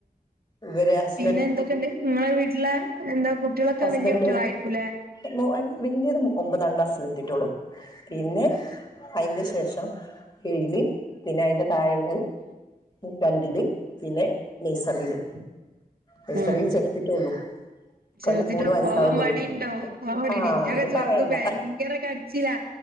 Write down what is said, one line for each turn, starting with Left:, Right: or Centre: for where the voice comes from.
Left: ഇവരാസ്
Right: പിന്നെ എന്തൊക്കെയ്ണ്ട് ഇങ്ങളെ വീട്ട്ലെ എന്താ കുട്ടികളൊക്കെ
Left: ഹസ്ബൻഡോ
Right: വല്യ കുട്ടികളാരിക്കുംല്ലെ?
Left: മോ വല്യദ് ഒമ്പതാം ക്ലാസ്സിൽ എത്തിട്ടൊള്ളൂ പിന്നെ
Right: ഉം
Left: അയ്ന്റെ ശേഷം ഏഴില് പിന്നെ അയ്ന്റെ താഴെള്ളത് രണ്ടില് പിന്നെ നെയ്സറില് നെയ്സറില്
Right: ഉം
Left: ചേർത്തിട്ടെള്ളു. ഇകൊല്ലം
Right: ചേർത്തിട്ട്
Left: മൂന്ന് വയസാവ്ന്നൊള്ളൂ
Right: പോവാൻ മടിണ്ടോ പോവാൻ മടിണ്ട്
Left: ആഹ്
Right: ഇന്റെയൊക്കെ
Left: അത്
Right: ചെറുത്
Left: പറയണ്ട.
Right: ഭയങ്കര കരച്ചിലാ